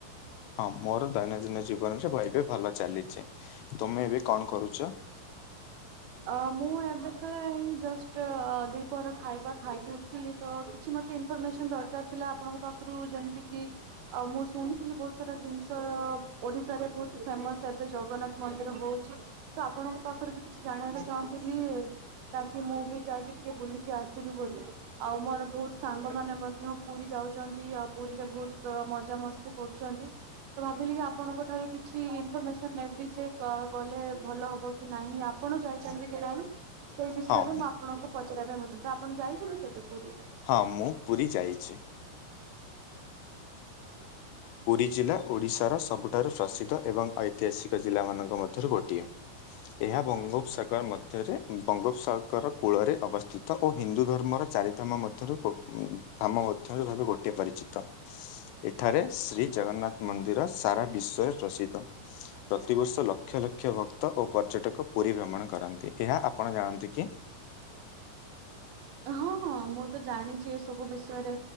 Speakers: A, on the left; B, on the right.
A: ହଁ ମୋର ଦୈନନ୍ଦିନ ଜୀବନରେ ଏବେ ବେଭଲ ଚାଲିଛି ତମେ ଏବେ କଣ କରୁଚ?
B: ଅ ମୁଁ ଏବେ ତ ଏଇ ଜଷ୍ଟ ଦିପହର ଖାଇବା ଖାଇକି ଉଠିଲି। ତ କିଛି ମତେ ଇନଫର୍ମେସନ ଦରକାର ଥିଲା ଆପଣଙ୍କ ପାଖରୁ ଯେମିତି କିି ମୁଁ ଶୁଣିଥିଲି ବହୁତ୍। ଜିନ୍ସ। ତ ଓଡିଶାରେ ବହୁତ ଫେମସ ଏବେ ଜଗନ୍ନାଥ ମନ୍ଦିର ହଉଛି ତ ଆପଣଙ୍କ ପାଖରେ ବି। କି ଜାଣିବାକୁ ଚାହୁଁଥିଲି ତାକି ମୁଁ ବି ଯାଇକି ଟିକେ ବୁଲିକି ଆସିବି ବୋଲି। ଆଉ ମୋର ବହୁତ ସାଙ୍ଗ ମାନ ମଧ୍ୟ ପୁରୀ ଯାଉଛନ୍ତି ଆଉ ପୁରୀରେ ବହୁତ ମଜାମସ୍ତି କରୁଚନ୍ତି। ତ ଭାବିଲି କି ଆପଣଙ୍କ ଠାରୁ କିଛି ଇନଫର୍ମେସନ ନେବି ଯେ ଗଲେ ଭଲ ହବ କି ନାହିଁ। ଆପଣ ଯାଇଛନ୍ତି କି ନାହିଁ ସେଇ ବିଷୟରେ
A: ହଁ
B: ମୁଁ ଆପଣଙ୍କୁ ପଚାରିବି ପାଇଁ ତ ଆପଣ ଯାଇଛନ୍ତି କେବେ ପୁରୀ?।
A: ହଁ ମୁଁ ପୁରୀ ଯାଇଛି। ପୁରୀ ଜିଲ୍ଲା ଓଡ଼ିଶାର ସବୁଠାରୁ ପ୍ରସିଦ୍ଧ ଏବଂ ଐତିହାସିକ ଜିଲ୍ଲାମାନଙ୍କ ମଧ୍ୟରୁ ଗୋଟିଏ। ଏହା ବଙ୍ଗୋପସାଗର ମଧ୍ୟରେ ବଙ୍ଗୋପସାଗର କୂଳରେ ଅବସ୍ଥିତ। ଓ ହିନ୍ଦୁ ଧର୍ମର ଚାରି ଧାମ ମଧ୍ୟରୁ ଧାମ ମଧ୍ୟରୁ ଭାବେ ଗୋଟିଏ ପରିଚିତ। ଏଠାରେ ଶ୍ରୀ ଜଗନ୍ନାଥ ମନ୍ଦିର ସାରା ବିଶ୍ଵରେ ପ୍ରସିଦ୍ଧ। ପ୍ରତିବର୍ଷ ଲକ୍ଷ ଲକ୍ଷ ଭକ୍ତ ଓ ପର୍ଯ୍ୟଟକ ପୁରୀ ଭ୍ରମଣ କରନ୍ତି ଏହା ଆପଣ ଜାଣନ୍ତି କି?।
B: ହଁ ହଁ ମୁଁ ତ ଜାଣିଛି ଏ ସବୁ ବିଷୟରେ